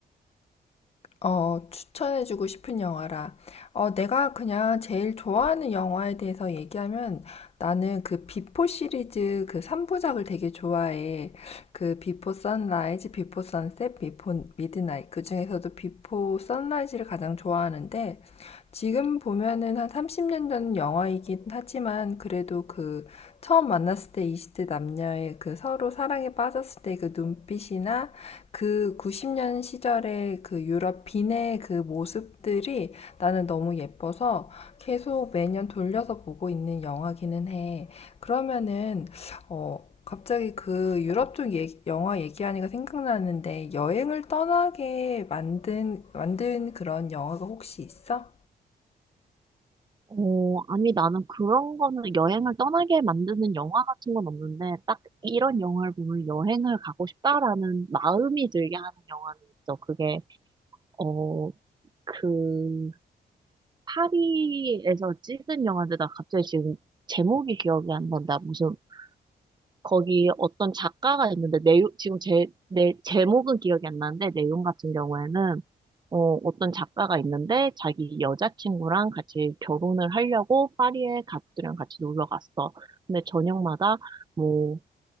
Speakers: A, on the left; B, on the right.
A: 어, 추천해주고 싶은 영화라. 어, 내가 그냥 제일 좋아하는 영화에 대해서 얘기하면 나는 그 비포 시리즈 그 3부작을 되게 좋아해. 그 비포 선라이즈, 비포 선셋, 비포 미드나잇. 그 중에서도 비포 선라이즈를 가장 좋아하는데 지금 보면은 한 30년 전 영화이긴 하지만 그래도 그 처음 만났을 때 20대 남녀의 그 서로 사랑에 빠졌을 때 그 눈빛이나 그 90년 시절의 그 유럽 빈의 그 모습들이 나는 너무 예뻐서 계속 매년 돌려서 보고 있는 영화기는 해. 그러면은 어 갑자기 그 유럽 쪽 얘기- 영화 얘기하니까 생각나는데 여행을 떠나게 만든 만든 그런 영화가 혹시 있어?
B: 어, 아니, 나는 그런 거는 여행을 떠나게 만드는 영화 같은 건 없는데, 딱 이런 영화를 보면 여행을 가고 싶다라는 마음이 들게 하는 영화는 있어. 그게, 어, 그, 파리에서 찍은 영화인데, 나 갑자기 지금 제목이 기억이 안 난다. 무슨 거기 어떤 작가가 있는데 내용 지금 제, 내 제목은 기억이 안 나는데 내용 같은 경우에는 어, 어떤 작가가 있는데 자기 여자친구랑 같이 결혼을 하려고 파리에 가족들이랑 같이 놀러 갔어. 근데 저녁마다 뭐